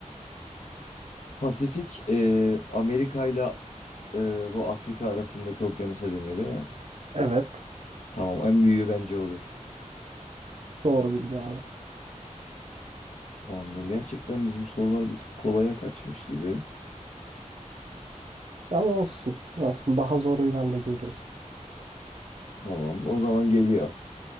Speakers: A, on the left; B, on the right.
A: Pasifik e, Amerika ile e, bu Afrika arasındaki okyanusa deniyor değil mi?
B: Evet,
A: Tamam en büyüğü bence odur.
B: doğru bilgi abi.
A: Tamamdır. Gerçekten bizim sorular bir tık kolaya kaçmış gibi.
B: Ama olsun. Aslında daha zoruyla da geliriz.
A: Tamam o zaman geliyor.